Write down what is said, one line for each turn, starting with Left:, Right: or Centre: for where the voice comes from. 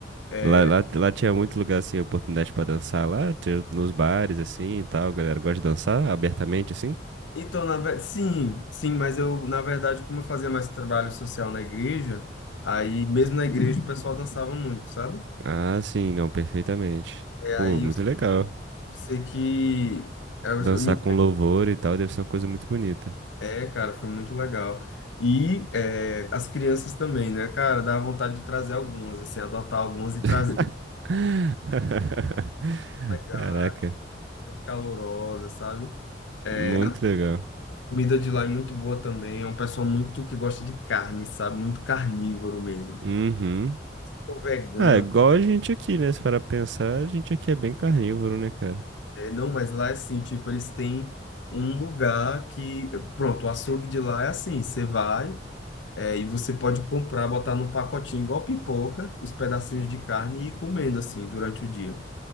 Left: É,
Right: Lá, lá, lá tinha muito lugar, assim, oportunidade pra dançar lá, tinha nos bares, assim, e tal, a galera gosta de dançar abertamente, assim.
Left: então, na, ve- sim, sim, mas eu, na verdade, como eu fazia mais trabalho social na igreja, aí mesmo na igreja o pessoal dançava muito, sabe?
Right: Ah, sim, não, perfeitamente.
Left: É,
Right: Pô,
Left: aí
Right: muito
Left: eu
Right: legal.
Left: sei que eu,
Right: Dançar
Left: eu me
Right: com louvor e tal deve ser uma coisa muito bonita.
Left: é, cara, foi muito legal. E é, as crianças também, né, cara, dá vontade de trazer algumas, assim, adotar algumas e trazer.
Right: <laughs>
Left: Legal,
Right: Caraca,
Left: muito calorosa, sabe? Eh,
Right: muito legal.
Left: Comida de lá é muito boa também. É um pessoal muito que gosta de carne, sabe? Muito carnívoro mesmo.
Right: Uhum.
Left: Ou vegano.
Right: Ah, é igual a gente aqui, né? Se parar pra pensar, a gente aqui é bem carnívoro, né, cara?
Left: é, não, mas lá é assim, tipo, eles têm um lugar que... Pronto, o açougue de lá é assim. Você vai é, e você pode comprar, botar num pacotinho igual pipoca, os pedacinhos de carne e ir comendo, assim, durante o dia.